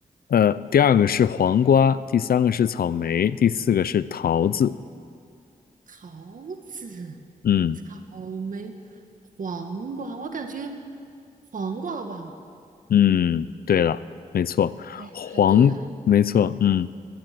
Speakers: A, on the left; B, on the right.
A: 呃，第二个是黄瓜，第三个是草莓，第四个是桃子，
B: 桃子、
A: 嗯
B: 草莓、黄瓜，我感觉黄瓜吧，
A: 嗯，对了，没错，
B: 哎，
A: 黄，
B: 还对呀、
A: 没错，嗯，